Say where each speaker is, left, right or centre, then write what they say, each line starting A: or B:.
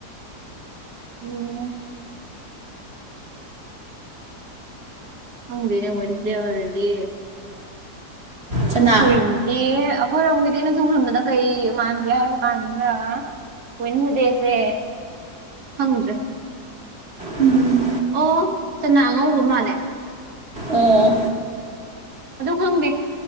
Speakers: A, on the right; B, on the right.
A: ꯎꯝ ꯍꯪꯗꯦꯅꯦ ꯑꯣꯟꯁ ꯗꯦꯋꯥꯔꯗꯤ
B: ꯆꯅꯥ
A: ꯈꯣꯏꯔꯣꯝꯒꯤꯗꯤ ꯑꯩꯈꯣꯏꯔꯣꯝꯒꯤꯗꯤ ꯏꯦꯅ ꯁꯨꯝ ꯈꯟꯕꯗ ꯀꯩ ꯃꯥꯟꯒꯦ ꯍꯥꯏꯕ ꯀꯥꯟꯗ ꯀꯟꯖꯗꯦꯁꯦ ꯍꯪꯗ꯭ꯔ
B: ꯎꯝ
A: ꯑꯣ ꯆꯅꯥ ꯑꯉꯧꯕ ꯃꯥꯜꯂꯦ
B: ꯑꯣꯝ
A: ꯑꯗꯨ ꯈꯪꯗꯦ